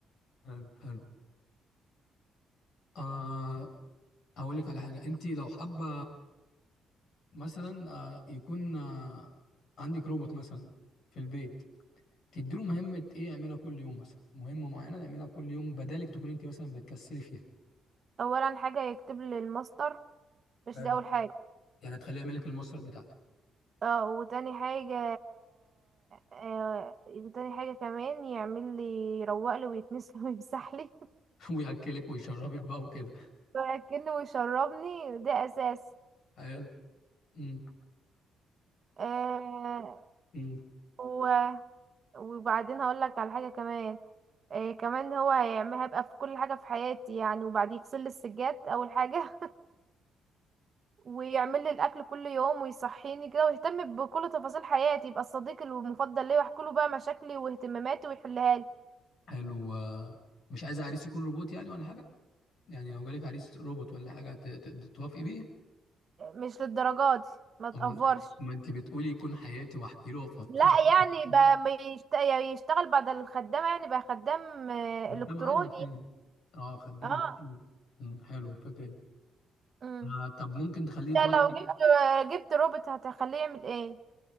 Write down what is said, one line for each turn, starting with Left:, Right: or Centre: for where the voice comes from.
Left: حلو حلو آه هقول لك على حاجه انت لو حابه مثلا آه، يكون آه، عندك روبوت مثلا في البيت تديله مهمة ايه يعملها كل يوم مثلا مهمة معينة تعملها كل يوم بدالك تكون انت مثلا بتكسلي فيها
Right: اولا حاجة يكتب لي الماستر
Left: حلو
Right: مش دي اول حاجة
Left: يعني تخليه يعمل لك المصدر بتاعتك
Right: اه وتاني حاجة آه تاني حاجة كمان يعمل لي يروق لي ويكنس لي ويمسح لي
Left: <laughs> وياكلك ويشربك بقى وكده
Right: <laughs> وياكلني ويشربني ده اساس
Left: حلو مم.
Right: آه
Left: مم.
Right: و- وبعدين هقول لك على حاجة كمان آه كمان هو هيعمل هبقى في كل حاجة في حياتي يعني وبعد يغسل لي السجاد اول حاجة <laughs> ويعمل لي الاكل كل يوم ويصحيني كده ويهتم بكل تفاصيل حياتي يبقى الصديق المفضل ليا واحكي له بقى مشاكلي واهتماماتي ويحلها لي
Left: حلو آه، مش عايز عريس يكون روبوت يعني ولا حاجة يعني لو جالك عريس روبوت ولا حاجة ت- ت- توافقي بيه
Right: مش للدرجات دي ما تقفرش
Left: أما ما انت بتقولي يكون حياتي واحكي له وافضفض
Right: لا
Left: <laughs>
Right: يعني بقى ما يشت- يشتغل بعد الخدامة يعني بقى خدام آه،
Left: خدام
Right: إلكتروني
Left: عندي فين اه خدام
Right: اه
Left: التيم مم، حلو الفكره دي
Right: امم
Left: آه طب ممكن تخليه يتولد
Right: ده لو جبت آه، جبت روبوت هتخليه يعمل ايه